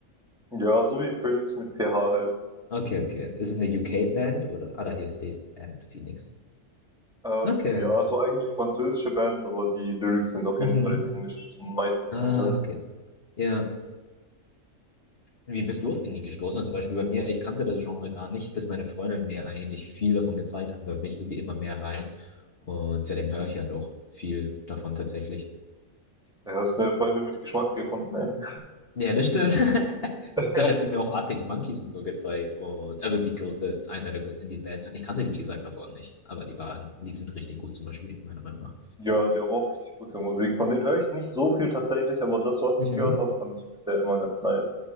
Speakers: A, in the centre; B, on the left.
A: Ja, so wie Phoenix mit PH halt.
B: Okay, okay. Ist es eine UK-Band oder? Ah, da hier ist es Band, Phoenix.
A: Äh,
B: Okay.
A: ja, so eigentlich französische Band, aber die Lyrics sind auf
B: Mhm.
A: jeden Fall in Englisch, meiste zumindest.
B: Ah, okay. Ja. Wie bist du auf Indie gestoßen? Also Zum Beispiel bei mir, ich kannte das Genre gar nicht, bis meine Freundin mir eigentlich viel davon gezeigt hat. Und Da bin ich irgendwie immer mehr rein. Und seitdem höre ich halt auch viel davon tatsächlich.
A: Ja, hast du eine Freundin mit Geschmack gefunden, ey.
B: Ja, das stimmt. <laughs>
A: <laughs>
B: Sascha hat sie mir auch Arctic Monkeys und so gezeigt. Und, also die größte, eine der größten Indie-Bands. Und ich kannte die, wie gesagt, davon nicht. Aber die waren, die sind richtig gut zum Beispielen, meiner Meinung nach.
A: Ja, die haben auch richtig gute Musik. Von denen höre ich nicht so viel tatsächlich, aber das, was
B: Mhm.
A: ich gehört habe, fand ich bisher immer ganz nice.